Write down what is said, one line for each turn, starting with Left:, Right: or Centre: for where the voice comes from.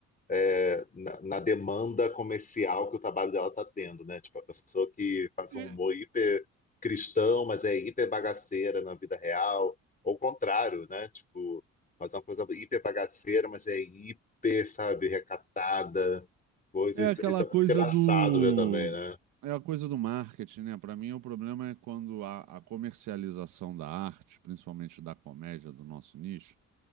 Left: é, na, na demanda comercial que o trabalho dela está tendo, né? Tipo, a pessoa que faz
Right: É,
Left: um humor hiper cristão, mas é hiper bagaceira na vida real, ou o contrário, né? Tipo, faz uma coisa hiper bagaceira, mas é hiper, sabe, recatada, coisas.
Right: É aquela
Left: Isso é
Right: coisa
Left: muito engraçado
Right: do.
Left: ver também, né?
Right: É a coisa do marketing, né? Para mim, o problema é quando a, a comercialização da arte, principalmente da comédia, do nosso nicho,